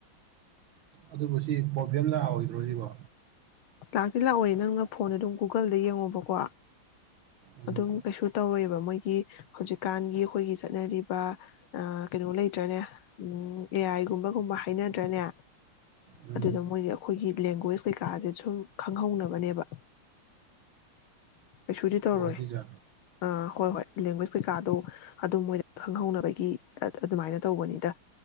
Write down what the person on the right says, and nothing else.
ꯑꯗꯨꯕꯨ ꯁꯤ ꯄ꯭ꯔꯣꯕ꯭ꯂꯦꯝ ꯂꯥꯛꯑꯣꯑꯣꯏꯗ꯭ꯔꯣ ꯁꯤꯕꯣ
ꯎꯝ
ꯎꯝ
ꯑꯣ ꯁꯤꯁꯦ